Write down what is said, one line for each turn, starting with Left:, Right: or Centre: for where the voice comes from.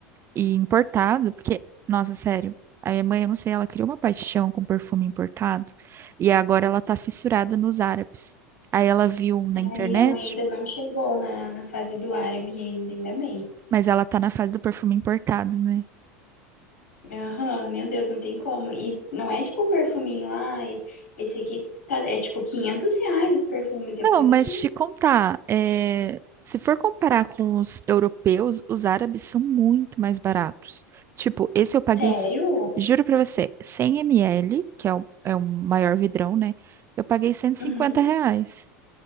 Right: e importado, porque, nossa, sério, a minha mãe, eu não sei, ela criou uma paixão com perfume importado e agora ela tá fissurada nos árabes. Aí ela viu um na
Left: A minha
Right: internet,
Left: mãe ainda não chegou na, na fase do árabe ainda, ainda bem.
Right: mas ela tá na fase do perfume importado, né?
Left: Aham, meu Deus, não tem como. E não é tipo o perfuminho, ai, esse aqui tá, é tipo 500 reais os perfumes, é
Right: Não,
Left: coisa
Right: mas
Left: que...
Right: te contar, é, se for comparar com os europeus, os árabes são muito mais baratos. Tipo, esse eu paguei,
Left: Sério?
Right: s- juro pra você, 100 ml, que é o, é o maior vidrão, né? Eu paguei cento e
Left: Uhum,
Right: cinquenta reais,